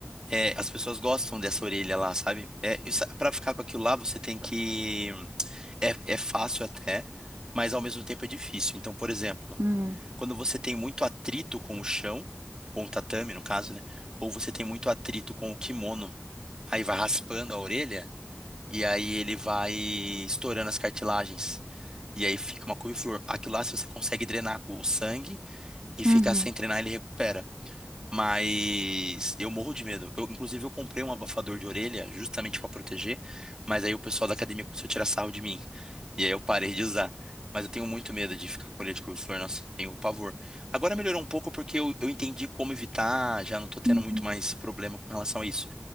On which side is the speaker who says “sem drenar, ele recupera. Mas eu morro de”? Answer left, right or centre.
Right